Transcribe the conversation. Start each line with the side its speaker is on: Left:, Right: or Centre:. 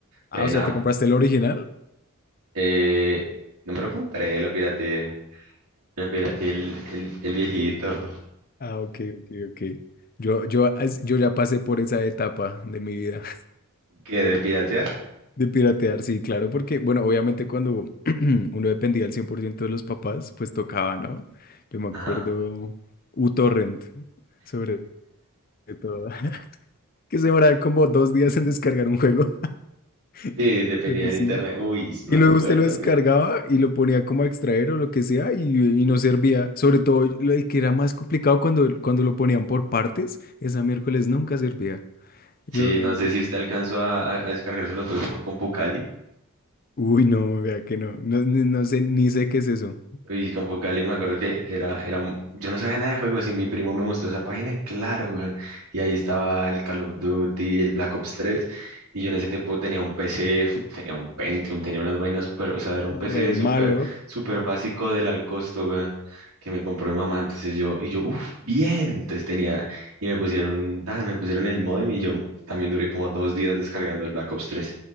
Left: Ah,
Right: Eh,
Left: o sea,
Right: nada,
Left: ¿te compraste el original?
Right: eh, no me lo compré, lo pirateé, lo pirateé el, el, el viejito,
Left: Ah, ok, ok, ok. Yo, yo, as- yo ya pasé por esa etapa de mi vida.
Right: <laughs> qué de piratear.
Left: De piratear, sí, claro, porque, bueno, obviamente cuando <clears throat> uno dependía al 100% de los papás, pues tocaba, ¿no? Yo me acuerdo
Right: Ajá.
Left: uTorrent, sobre todo, <laughs> que se demoraba como dos días en descargar un juego, <laughs>
Right: Sí, dependía
Left: pero
Right: del
Left: sí.
Right: internet. Uy, sí me
Left: Y
Right: acuerdo,
Left: luego usted lo descargaba
Right: güey.
Left: y lo ponía como a extraer o lo que sea y, y no servía. Sobre todo lo- el que era más complicado cuando, cuando lo ponían por partes, esa miércoles nunca servía. Yo,
Right: Sí,
Left: eh,
Right: no sé si usted alcanzó a, a- a descargarse los juegos por CompuCali.
Left: uy, no, vea que no, no, ni- no sé, ni sé qué es eso.
Right: Uy, con Focali me acuerdo que era, era un... Yo no sabía nada de juegos y mi primo me mostró esa página y claro, weón, Y ahí estaba el Call of Duty, el Black Ops tres Y yo en ese tiempo tenía un PC, <laughs> tenía un Pentium, tenía unas vainas súper, o sea, era un PC
Left: Re
Right: súper,
Left: malo.
Right: súper básico del al costo, weón, que me compró mi mamá. Entonces yo, y yo, uff, bien. Entonces tenía, y me pusieron, tan, me pusieron el modem y yo también duré como dos días descargando el Black Ops tres